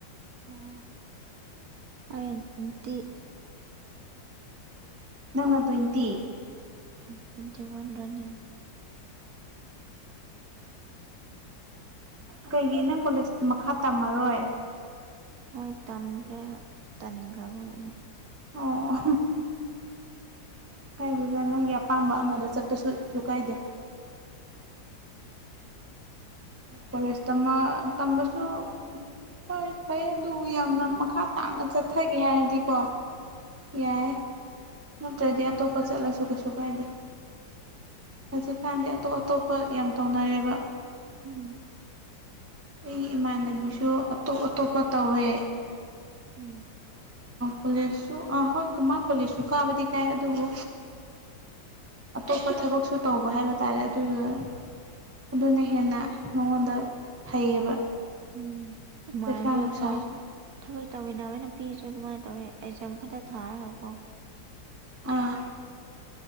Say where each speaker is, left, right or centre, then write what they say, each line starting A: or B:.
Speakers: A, on the right; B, on the right.
A: ꯑꯣ ꯑꯩꯗꯤ
B: ꯅꯪꯅ ꯇꯣꯏꯟꯇꯤ
A: ꯇꯣꯏꯟꯇꯤꯋꯥꯟ ꯔꯟꯅꯤꯡ
B: ꯀꯩꯒꯤ ꯅꯪ ꯀꯣꯂꯦꯖ ꯃꯈꯥ ꯇꯝꯃꯔꯣꯏ
A: ꯍꯣꯏ ꯇꯟꯈꯔ꯭ꯦ ꯇꯟꯈ꯭ꯔꯕꯒꯤ
B: ꯑꯣ ꯀꯥꯏꯗꯦꯗ ꯅꯪꯒꯤ ꯑꯄꯥꯝꯕ ꯑꯃꯗ ꯆꯠꯄꯁꯨ ꯀꯩꯁꯨ ꯀꯥꯏꯗꯦ ꯀꯣꯂꯦꯖ ꯇꯝꯃ ꯇꯝꯕꯁꯨ ꯍꯣꯏ ꯐꯩꯌꯦ ꯑꯗꯨꯕꯨ ꯌꯥꯝꯅ ꯃꯈꯥ ꯇꯥꯅ ꯆꯠꯊꯒꯦ ꯍꯥꯏꯔꯗꯤꯀꯣ ꯌꯥꯏ
A: ꯎꯝ
B: ꯅꯠꯇ꯭ꯔꯗꯤ ꯑꯇꯣꯞꯄ ꯆꯠꯂꯁꯨ ꯀꯩꯁꯨ ꯀꯥꯏꯗꯦ ꯍꯧꯖꯤꯛꯀꯥꯟꯗꯤ ꯑꯇꯣꯞ ꯑꯇꯣꯞꯄ ꯌꯥꯝ ꯇꯧꯅꯔꯦꯕ
A: ꯎꯝ
B: ꯑꯩꯒꯤ ꯏꯃꯥꯟꯅꯕꯤꯁꯨ ꯑꯇꯣꯞ ꯑꯇꯣꯞꯄ ꯇꯧꯋꯦ
A: ꯎꯝ
B: ꯀꯣꯂꯦꯖꯁꯨ ꯑꯥ ꯍꯣꯏ ꯀꯨꯃꯥ ꯀꯣꯂꯦꯖꯁꯨ ꯀꯥꯕꯗꯤ ꯀꯥꯏ ꯑꯗꯨꯕꯨ ꯑꯇꯣꯞꯄ ꯊꯕꯛꯁꯨ ꯇꯧꯕ ꯍꯥꯏꯕ ꯇꯥꯔꯦ ꯑꯗꯨꯗꯨ ꯑꯗꯨꯅ ꯍꯦꯟꯅ ꯃꯉꯣꯟꯗ ꯐꯩꯌꯦꯕ
A: ꯎꯝ ꯏꯃꯥꯟꯅꯕꯤ
B: ꯄꯩꯁꯥ ꯅꯨꯡꯁꯥꯁꯨ
A: ꯑꯈꯣꯏ ꯊꯕꯛ ꯇꯧꯃꯤꯟꯅꯕꯅ ꯅꯨꯄꯤꯁꯨ ꯑꯗꯨꯃꯥꯏꯅ ꯇꯧꯋꯦ ꯑꯦꯛꯖꯥꯝ ꯈꯛꯇ ꯊꯥꯔꯒꯀꯣ
B: ꯑꯥ